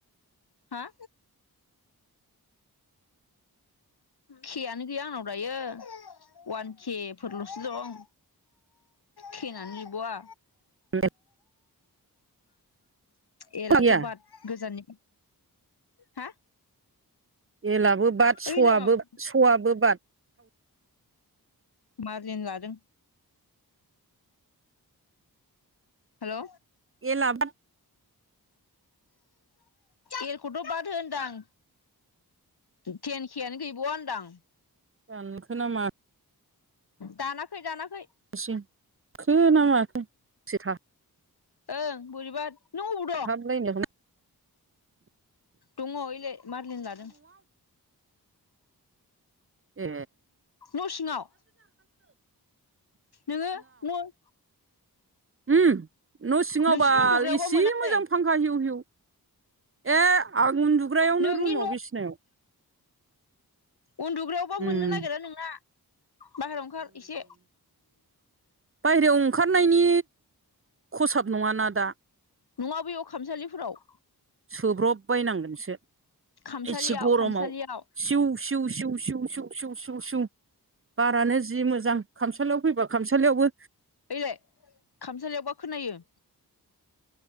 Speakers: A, on the left; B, on the right.
A: हा के आनो गैया आंनाव दायो वान के फोरल'सो दं। थेनानै बहा
B: <inaudible>
A: एलाथ'
B: गैया
A: बाद गोजाननि हा
B: एलाबो बाद सवाबो
A: ओइलाय माबा
B: सवाबो बाद
A: मारजिन लादों। हेलौ
B: एला बाद
A: एलखौथ' बादो होनदां। तेन खेयानो गैबावा होनदां।
B: दानखो नामा
A: दानाखै
B: <inaudible>
A: दानाखै
B: खो ना माखोसेथा
A: ओं बोरैबा नों बबाव
B: हामलायनो
A: दङ ओलाय मारलिनो लादों।
B: ए
A: न' सिङाव नोङो न'
B: ओम न' सिङाव
A: नोंसिनि
B: बाल
A: उन्दुग्रायावबा
B: एसे
A: मोनालै
B: मोजां फांखा हिउ हिउ ए आं उन्दुग्रायावनो
A: नोंनि
B: रुमाव
A: न'
B: बिसिनायाव
A: उन्दुग्रायावबा मोननो
B: उम
A: नागिरा नोंना। बाहेरायाव ओंखार एसे।
B: बायेरायाव ओंखारनायनि खसाब नङाना दा।
A: नङा बेैयाव खामसालिफोराव
B: सोब्रब बायनांगोनसो
A: खामसालियाव
B: एसे गरमाव
A: खामसालियाव
B: सिउ सिउ सिउ सिउ सिउ सिउ सिउ सिउ बारानो जि मोजां खामसालियाव फैबा खामसालियावबो
A: ओइलाय खामसालियावबा खोनायो